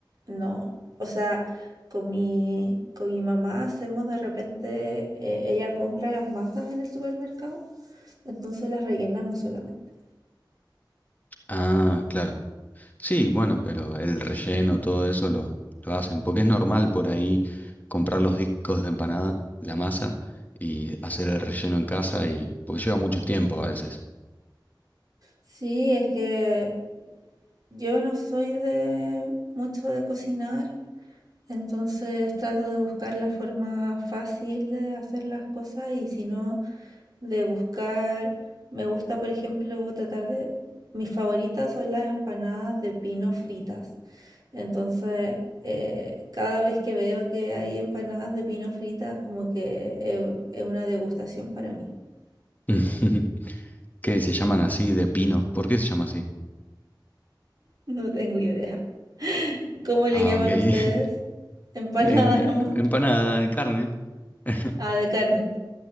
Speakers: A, on the right (about 50°); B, on the left (about 20°).
A: no, o sea, con mi, con mi mamá hacemos de repente, eh, ella compra las masas en el supermercado, entonces las rellenamos solamente.
B: Ah, claro. Sí, bueno, pero el relleno, todo eso lo, lo hacen, porque es normal por ahí comprar los discos de empanada, la masa, y hacer el relleno en casa, y porque lleva mucho tiempo a veces.
A: Sí, es que yo no soy de mucho de cocinar. Entonces trato de buscar la forma fácil de hacer las cosas y si no, de buscar, me gusta por ejemplo tratar de, mis favoritas son las empanadas de pino fritas. Entonces, eh, cada vez que veo que hay empanadas de pino fritas, como que eh, es una degustación para mí. <laughs>
B: <laughs> ¿Qué se llaman así de pino? ¿Por qué se llama así?
A: No tengo idea. ¿Cómo le
B: Ah,
A: llaman
B: ok.
A: ustedes?
B: <laughs>
A: ¿Empanada
B: En-
A: nomás?
B: empanada de carne. <laughs>
A: Ah, de carne.